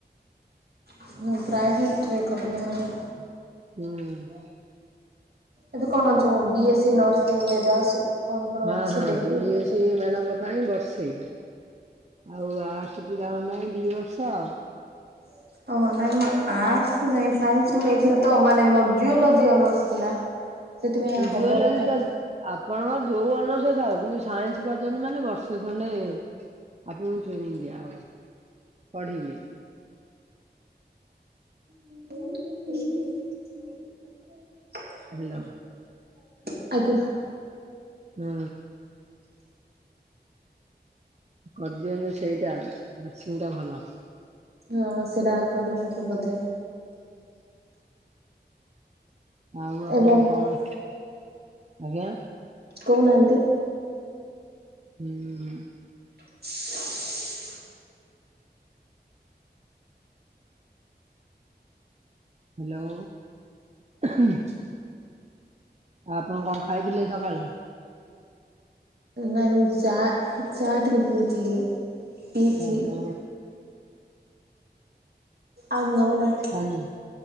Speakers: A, on the right (about 65°); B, on the right (about 40°).
A: ହଁ ପ୍ରାଇଭେଟରେ କଲେ ହବ।
B: ହୁଁ।
A: ଏବେ କଣ ଜୋ ବି ଏ ସି ନର୍ସିଂ ଏଯାକ ସବୁ। କଣ କଣ
B: ହଁ
A: ଅଛି
B: ହଁ
A: ଦେଖିକି
B: ବି ଏ ସି ମାନଙ୍କ ପାଇଁ ବର୍ଷେ। ଆଉ ଆର୍ଟ୍ସ ପିଲାଙ୍କ ପାଇଁ ଦି ବର୍ଷ।
A: <inaudible> ଓହ ନାଇଁ ମୁଁ ଆର୍ଟସ ନାଇଁ ସାଇନ୍ସ ମୁଁ ନେଇଥିଲି ତ ମାନେ ମୋର ଜିଓଲୋଜି ଅନର୍ସ ଥିଲା। <inaudible>
B: ଜୁଓଲୋଜି
A: ହବ ନା ନାଇଁ
B: ତ ଆପଣଙ୍କର ଯୋଉ ଅନର୍ସ ଥାଉ କିନ୍ତୁ ସାଇନ୍ସ କରିଚନ୍ତି ମାନେ ବର୍ଷେ ସେ ଖଣ୍ଡେ ଆପଣଙ୍କୁ ଟ୍ରେନିଂ ଦିଆ ହବ ପଢିବି।
A: <inaudible>
B: ହେଲା।
A: ଆଜ୍ଞା।
B: ହୁଁ। କରିଦିଅନ୍ତୁ ସେଇଟା ନର୍ସିଂ ଟା ଭଲ।
A: ହଁ ସେଟା କଲେ ହବ ବୋଧେ।
B: ଆଉ ଆପଣ
A: ଏବଂ
B: କଣ? ଆଜ୍ଞା।
A: କହୁନାହାନ୍ତି?
B: ହୁଁ।
A: <inaudible>
B: ହାଲୋ, ହୁଁ। ଆ ଆପଣ କଣ ଖାଇଥିଲେ ସକାଳେ?
A: ନାଇଁ ମୁଁ ଚାହା ଚାହା ଟିକେ ପିଇଥିଲି, ପିଇଛି।
B: ଓହୋ
A: ଆଉ ନୋଡା।
B: ଖାଇନି